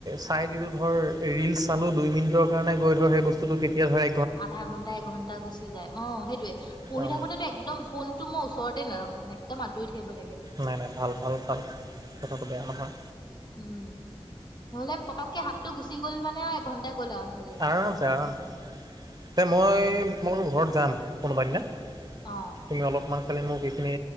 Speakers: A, on the right; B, on the left.
A: চাই দিলো ধৰ, ৰিলচ চালো দুই মিনিটৰ কাৰণে গৈ ধৰ সেই বস্তুটো কেতিয়া ধৰা,
B: আধা ঘন্টা এঘণ্টা গুচি যায়, অঁ সেইটোৱে।
A: নোৱাৰোঁ
B: পঢ়ি থাকোতেতো একদম ফোনটো মই ওচৰতে নাৰাখো মানে, একদম আতৰি থাকিব লাগে।
A: নাই নাই ভাল ভাল ভাল কথাটো বেয়া নহয়!
B: উম নহ'লে পটককে হাতটো গুচি গ'ল মানে আৰু এঘণ্টাই গ'ল আৰু সেইফালে,
A: আৰামছে, আৰাম ছে এ মই মোৰ ঘৰত যাম! কোনোবা দিনা
B: অ
A: তুমি অলপমান খালি মোক এইখিনি